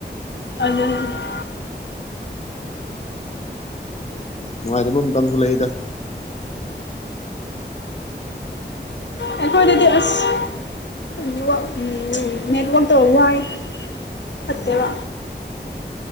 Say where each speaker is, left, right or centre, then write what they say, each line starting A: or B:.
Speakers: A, on the left (about 80°); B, on the left (about 40°).
A: <unintelligible>
B: ꯅꯨꯡꯉꯥꯏꯇꯕ ꯃꯇꯝꯁꯨ ꯂꯩꯗ
A: ꯑꯩꯈꯣꯏꯗꯗꯤ ꯑꯁ ꯅꯤꯋꯥꯛ ꯅꯦꯠꯋꯥꯛ ꯇꯣ ꯋꯥꯏ ꯐꯠꯇꯦꯕ
B: ꯎꯝ